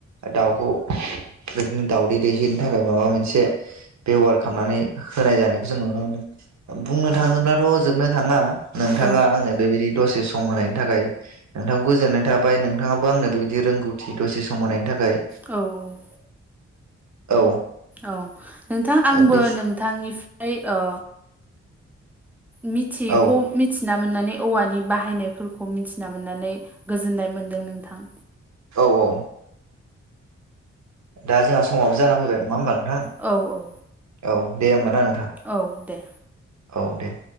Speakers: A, on the right; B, in the centre.
A: दाउखौ बिबदिनो दाउदै दैहैनो थाखाय माबा मोनसे बेब'हार खालामनानै होनाय जानायखौ जों नुनो मोनदों। बुंनो थाङोब्लाथ' जोबनो थाङा नोंथाङा
B: औ
A: आंनो बेबायदि। दसे सम होनायनि थाखाय नोंथांखौ गोजोननाय थाबाय नोंथाङाबो आंनो बेबायदि रोंगौ थि दसे सम होनायनि थाखाय।
B: औ औ।
A: औ।
B: औ नोंथां आंबो
A: बे
B: नोंथांनिफ्राय ओ। मिथियैखौ।
A: औ
B: मिथिना मोननानै औवानि बाहायनायफोरखौ मिथिना मोननानै गोजोननाय मोन्दों नोंथां।
A: औ औ दा जोंहा समाबो जाना फैबाय नङा होमबा नोंथां?
B: औ औ
A: औ दे होमबाना नोंथां
B: औ दे
A: औ दे।